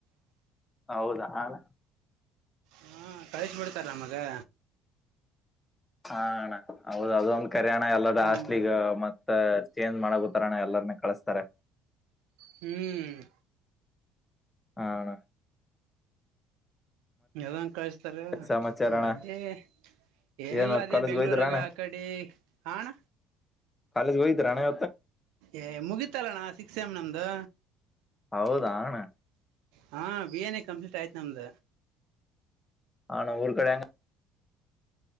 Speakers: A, on the left; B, on the right.
A: ಹೌದಾ ಅಣ್ಣ
B: ಹಾ ಕಳಿಸಿ ಬಿಿಡ್ತಾರ ನಮಗೆ
A: ಹಾಣ ಹೌದು ಅದು ಕರಣ ಎಲ್ಲರ
B: ಹ್ಮ್
A: ಹಾಸ್ಲಿಗ ಮತ್ತ ಚೇಂಜ್ ಮಾಡತಾರಣ ಎಲ್ಲಾರ್ನ್ನ ಕಳಸ್ತಾರೆ
B: ಹ್ಮ್
A: ಹಣ
B: ಯದಂಗ ಕಳ್ಸ್ತಾರ
A: ಸಮಾಚಾರ ಅಣ್ಣ
B: ಅದೇ ಏನಿಲ್ಲ
A: ಏನು
B: ಅದೇ
A: ಕಾಲೇಜ್
B: ಬೆಂಗ್ಳೂರಾಗ
A: ಹೋಗಿದ್ರ ಅಣ್ಣ
B: ಆ ಕಡಿ ಅಣ್ಣ
A: ಕಾಲೇಜ್ ಹೋಗ್ದ್ರಣೆ
B: ಏ ಮುಗೀಿತಲ್ಲಣ್ಣ ಸಿಕ್ಸ್ ಎಮ್ ನಮ್ದು
A: ಹೌದಾಣ್ಣ
B: ಹಾ ಬಿ ಎನ್ ಎ ಕಂಪ್ಲೀಟ್ ಆಯ್ತು ನಮ್ದ
A: ಹಣ ಊರ್ ಕಡೆಂಗ